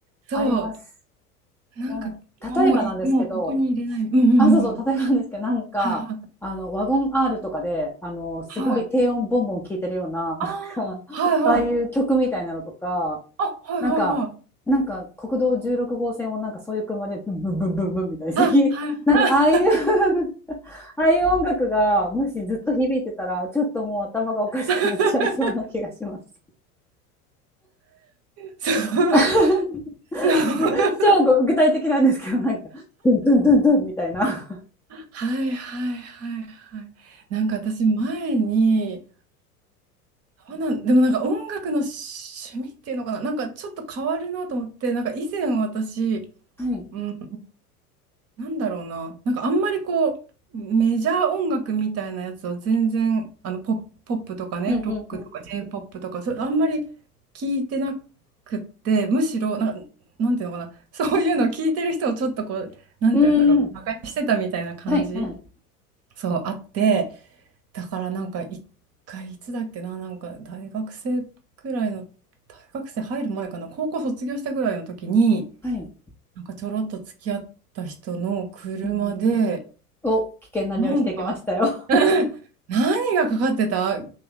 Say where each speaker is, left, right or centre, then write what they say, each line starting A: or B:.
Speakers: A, on the right (about 30°); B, in the centre.
A: そ
B: あります。
A: う、なんかもうい、
B: なん例えばなんですけど、
A: もうここに入れない。うんうんうんうん。
B: あ、そうそう、例えばなんですけど、なんか、
A: はいはい。
B: あの、ワゴン R とかで、あの、すごい低音ボンボン聴いてるような、
A: はい。あ
B: なんか、
A: あ、はいはい。
B: ああいう曲みたいなのとか、
A: あ、はいはいはい。
B: なんか、なんか国道16号線をなんかそういう車でブンブンブンブンブンみたいな
A: あ、
B: <laughs>
A: はい。
B: なんかああいう
A: あ
B: <laughs> ああいう音楽がもしずっと響いてたら、ちょっともう頭がおかしくなっちゃいそうな気がします
A: <laughs> はいそう、
B: <laughs>。
A: そう。
B: 超具体的なんですけど、なんか、ドゥンドゥンドゥンドゥンみたいな。
A: はいはいはいはい。なんか私前に、あなんでもなんか音楽の趣味っていうのかな、なんかちょっと変わるなと思って、なんか以前私、
B: はい。
A: うん、なんだろうな、なんかあんまりこう、メジャー音楽みたいなやつを全然、あのポップ、ポップとかね、
B: うんうんう
A: ロックとか j ポップとか、それあんまり聞いてなくって、むしろな、なんていうのかな、そういうのを聞いてる人をちょっとこう、なんていうんだろう、
B: ん。うん。
A: 馬鹿にしてたみたいな感じ、
B: はい。はい。
A: そうあって、だからなんか一回、いつだっけな、なんか大学生くらいの、大学生入る前かな、高校卒業したぐらいの時に、
B: はい。
A: なんかちょろっと付き合った人の車で、
B: うんうんお、危険な匂いしてきましたよ。
A: なんか、<laughs> うん何がかかってた